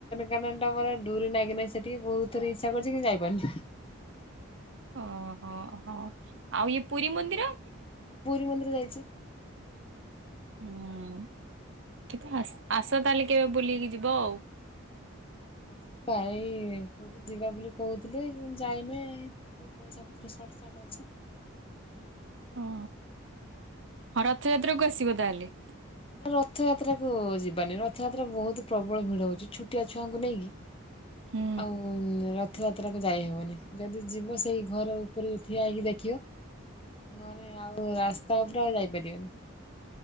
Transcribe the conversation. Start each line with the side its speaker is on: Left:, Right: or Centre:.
Left: କାରଣ ତାଙ୍କର ଡୁରୀ ନାଗି ନେ ସେଠିକି ବହୁତ ଥର ଇଚ୍ଛା କରିଛି କିନ୍ତୁ ଯାଇପାରୁନି।
Right: ଅ ହ ହ ଆଉ ଇ ପୁରୀ ମନ୍ଦିର।
Left: ହୁଁ ପୁରୀ ମନ୍ଦିର ଯାଇଛି।
Right: ହୁଁ କେବେ ଆସ ତାହେଲେ କେବେ ବୁଲିକି ଯିବ ଆଉ।
Left: ଯିବା ଏଇ ପୁରୀ ଯିବା ବୋଲି କହୁଥିଲେ କିନ୍ତୁ ଯାଇନେ। ପଇସା ପତ୍ର ସଟ ସାଟ ଅଛି।
Right: ଅ ହଁ ରଥଯାତ୍ରାକୁ ଆସିବ ତାହେଲେ।
Left: ନା ରଥଯାତ୍ରା କୁ ଯିବାନି ରଥଯାତ୍ରା ବହୁତ ପ୍ରବଳ ଭିଡ ହଉଛି ଛୋଟିଆ ଛୁଆଙ୍କୁ ନେଇକି।
Right: ହୁଁ।
Left: ଆଉ ର। ରଥଯାତ୍ରାକୁ ଯାଇହବନି ଯଦି ଯିବ ସେଇ ଘର ଉପରେ ଠିଆ ହେଇକି ଦେଖିବ। ନହେଲେ ଆଉ ରାସ୍ତା ଉପରେ ଆଉ ଯାଇପାରିବନି।